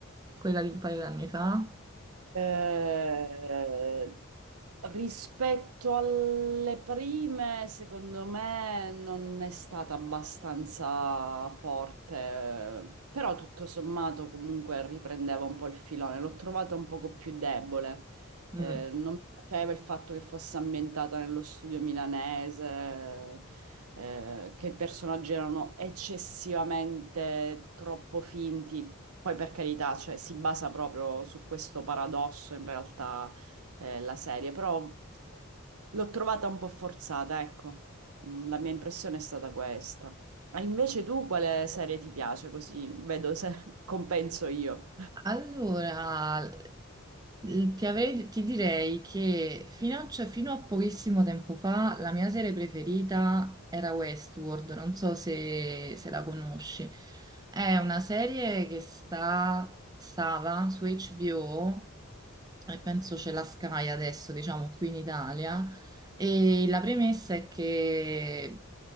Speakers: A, on the right; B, on the right.
A: quella di un paio d'anni fa?
B: Eh, rispetto alle prime, secondo me non è stata abbastanza forte, però tutto sommato comunque riprendeva un po' il filone. L'ho trovata un poco più debole.
A: Mm.
B: Eh, non mi piaceva il fatto che fosse ambientata nello studio milanese. eh, che i personaggi erano eccessivamente troppo finti poi per carità, cioè, si basa proprio su questo paradosso in realtà eh, la serie, però l'ho trovata un po' forzata, ecco. Mm, La mia impressione è stata questa. Ah, invece tu quale serie ti piace? Così vedo se <laughs> compenso io.
A: Allora, l- ti avrei- ti direi che fino a, cioè, fino a pochissimo tempo fa la mia serie preferita era Westworld, non so se, se la conosci. È una serie che sta, stava su HBO e penso c'è la Sky adesso, diciamo, qui in Italia. E la premessa è che